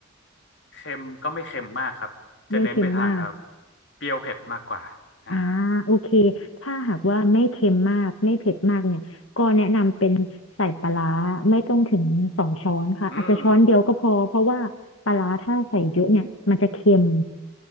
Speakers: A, on the left; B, on the left.
A: เค็มก็ไม่เค็มมากครับ จะเน้นไปทางครับ
B: ไม่เค็มมาก
A: เปรี้ยวเผ็ดมากกว่าอ่า
B: อ่าโอเคถ้าหากว่าไม่เค็มมากไม่เผ็ดมากเนี่ยก็แนะนำเป็นใส่ปลาร้าไม่ต้องถึงสองช้อนค่ะอาจจะช้อนเดียวก็พอเพราะว่าปลาร้าถ้าใส่เยอะเนี่ยมันจะเค็ม
A: อืม